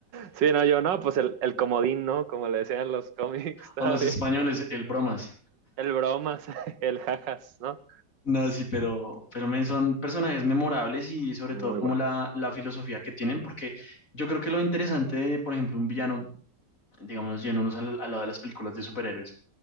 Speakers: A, on the right; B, on the left.
A: Sí, no, yo no, pues el, el comodín, ¿no? Como le decían en los cómics, <laughs> está
B: O los
A: bien.
B: españoles, el bromas.
A: El bromas, <laughs> el jajas, ¿no?
B: No, sí, pero, pero men, son personajes memorables y sobre
A: Muy
B: todo como
A: buenos,
B: la, la filosofía que tienen, porque yo creo que lo interesante de, por ejemplo, un villano, digamos, yéndonos al, al lado de las películas de superhéroes,